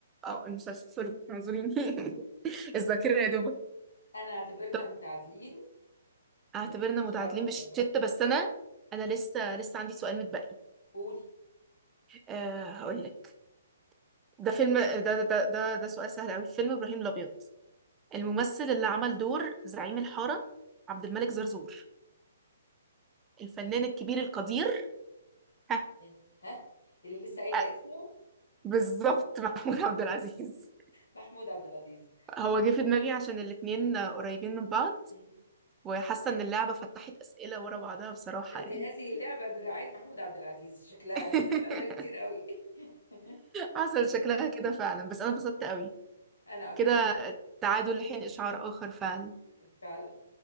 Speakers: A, on the right; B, on the left.
A: آه، المسلسل سوري اعذريني <laughs> الذاكرة يا دوبك
B: أنا اعتبرنا
A: طب
B: متعادلين
A: اعتبرنا
B: لحين
A: متعادلين
B: إشعار آخر
A: بالشتة
B: بقى
A: بس انا انا لسه لسه عندي سؤال متبقي
B: قولي
A: أه هقول لك ده فيلم ده ده ده ده, ده سؤال سهل قوي فيلم ابراهيم الابيض الممثل اللي عمل دور زعيم الحارة عبد الملك زرزور الفنان الكبير القدير ها
B: أي. ها اللي لسه قايلة
A: آه،
B: اسمه
A: بالظبط محمود عبد العزيز
B: محمود عبد العزيز
A: هو جه في دماغي عشان الاتنين قريبين من بعض
B: مم.
A: وحاسة ان اللعبة فتحت أسئلة ورا بعضها بصراحة
B: لا دي
A: يعني
B: هذه اللعبة برعاية محمود عبد العزيز شكلها
A: <laughs>
B: لأن احنا قلنا كتير قوي <laughs>
A: حصل شكلها كده فعلا بس انا اتبسطت قوي
B: أنا أكتر
A: كده تعادل لحين اشعار اخر فعلا
B: فعلا